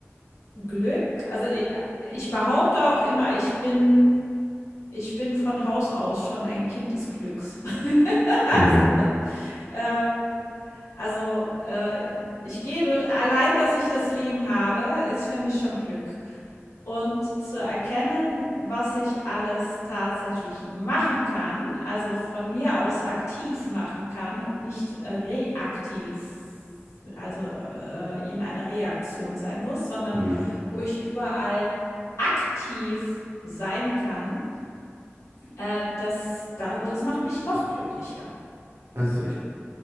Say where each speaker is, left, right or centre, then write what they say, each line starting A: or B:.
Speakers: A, on the left (about 85°); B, on the right (about 65°).
A: Glück, also ich, ich behaupte auch immer, ich bin, ich bin von Haus aus schon ein Kind des Glücks. <laughs>
B: Okay.
A: Ähm, also, äh, ich gehe durch allein, dass ich das Leben habe, ist für mich schon Glück. Und zu erkennen, was ich alles tatsächlich machen kann, also von mir aus aktiv machen kann und nicht äh, reaktiv, also äh, in einer Reaktion sein muss, sondern
B: Ja.
A: wo ich überall aktiv sein kann, äh, das, da, das macht mich noch glücklicher.
B: Das ist echt